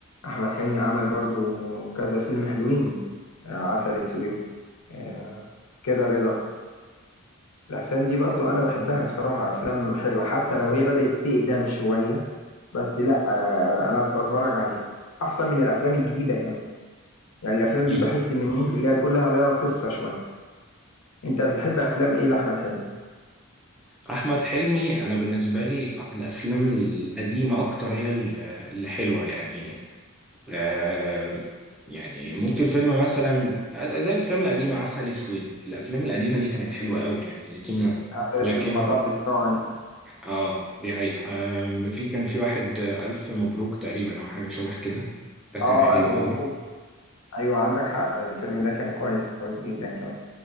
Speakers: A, on the left (about 75°); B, in the centre.
A: احمد حلمي عمل برضو كذا فيلم حلوين آه، عسل اسود آه، كده رضا الافلام دي برضو انا بحبها بصراحه افلام حلوه حتى لو هي بدات تقدم شويه بس لا آه، انا بتفرج عليها احسن من الافلام الجديده كمان يعني الافلام دي
B: مم.
A: بحس ان ممكن ليها كلها ليها قصه شويه انت بتحب افلام ايه لاحمد حلمي
B: احمد حلمي انا بالنسبه لي الافلام القديمه اكتر هي ال- اللي حلوه يعني آه، يعني ممكن فيلم مثلا زي الافلام القديمه عسل اسود الافلام القديمه دي كانت حلوه قوي يعني دي من
A: عسل
B: لكن
A: اسود مطب صناعي
B: اه دي حقيقة آه، في كان في واحد آه، الف مبروك تقريبا او حاجه شبه كده ده كان
A: اه
B: حلو
A: الف
B: قوي
A: مبروك ايوه عندك حق الفيلم ده كان كويس كويس جدا كمان